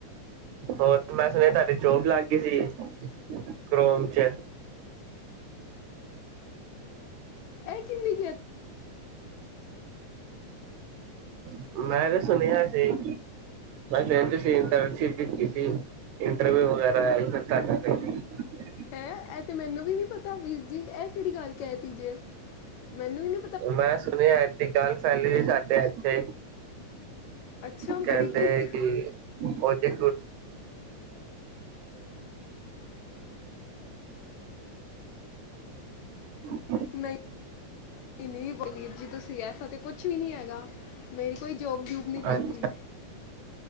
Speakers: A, on the right; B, on the left.
A: ਹੋਰ ਮੈਂ ਸੁਣਿਆ ਤੁਹਾਡੀ ਜੋਬ ਲੱਗ ਗਈ ਸੀ ਕਰੋਮ ਚ
B: ਇਹ ਕਿੰਨੇ ਕਿਹਾ
A: <unintelligible>
B: ਹੈ ਇਹ ਤੇ ਮੈਨੂੰ ਵੀ ਨੀ ਪਤਾ ਵੀਰ ਜੀ ਇਹ ਕਿਹੜੀ ਗੱਲ ਕਹਿ ਤੀਜੇ ਮੈਨੂੰ ਵੀ ਨੀ
A: ਮੈਂ ਸੁਣਿਆ ਇਏ ਦੀ ਗੱਲ ਫੈਲੀ ਦੀ ਸਾਡੇ ਇੱਥੇ
B: ਅੱਛਾ
A: ਕਹਿੰਦੇ
B: ਬੜੀ ਗਲਤ
A: ਕਿ ਉਹ ਜੇ <unintelligible>
B: ਨਹੀਂ ਨਹੀਂ ਬਲਬੀਰ ਜੀ ਤੁਸੀਂ ਐਸਾ ਤੇ ਕੁਛ ਵੀ ਨਹੀਂ ਹੈਗਾ ਮੇਰੀ ਕੋਈ ਜੋਬ ਜੂਬ ਨੀ ਲੱਗੀ।
A: ਅੱਛਾ,